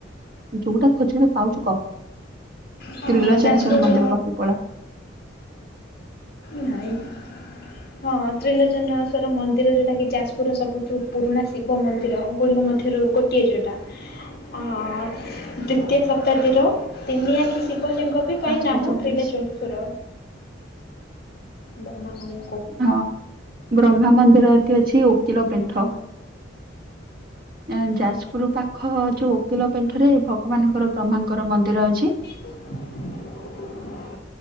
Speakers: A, on the right (about 50°); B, on the left (about 55°).
A: ଯୋଉଟା ଖୋଜିଲେ ପାଉଛୁ କହ,
B: ହଁ
A: ତ୍ରିଲୋଜନେଶଵର
B: ଯାଜପୁରର
A: ମନ୍ଦିର ପାଖକୁ ପଳା।
B: ନାଇଁ। ହଁ, ତ୍ରିଲୋଚନେଶ୍ୱର ମନ୍ଦିର ଯେଉଁଟାକି ଯାଜପୁରର ସବୁଠୁ ପୁରୁଣା ଶିବ ମନ୍ଦିର। ଏ ଗୁଡ଼ିକ ମଧ୍ୟରୁ ଗୋଟେ ଇଏ ଯୋଉଟା ହ ଦ୍ୱଵିତୀୟ ଶତାବ୍ଦୀର ତିନି ଆଖି ଶିବଲିଙ୍ଗ
A: ପାଞ୍ଚଟା
B: ପାଇଁ ନାମ
A: ଚଉତିରିଶ
B: ତ୍ରିଲେଚୁସୁର। ବ୍ରହ୍ମା ମୟୂ
A: ହଁ ବ୍ରହ୍ମା ମନ୍ଦିର ଏଠି ଅଛି ଓକିଲ ପେଣ୍ଠ। ଏଁ ଯାଜପୁର ପାଖ ଯୋଉ ଓକିଲ ପେଣ୍ଠରେ ଭଗବାନଙ୍କର ବ୍ରହ୍ମାଙ୍କର ମନ୍ଦିର ଅଛି।
B: <unintelligible>